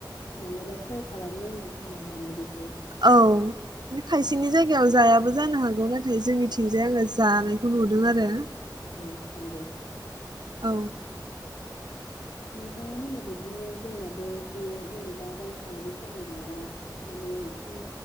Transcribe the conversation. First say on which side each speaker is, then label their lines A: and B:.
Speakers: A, on the left; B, on the right.
A: मालाबा त्राय खालामनांगोन होनबा माने बिदि
B: औ माने खायसेनि जायगायाव जायाबो जानो हागौ ना नाथाय जोंनिथिंजाय
A: औ
B: आङो जानाय खौ नुदों आरो
A: औ नंगौ ओम
B: औ
A: नोंथाङा होननाय बायदिनो जोंनाबो बे जेनेबा रांखावरि खामायनाया माने ओम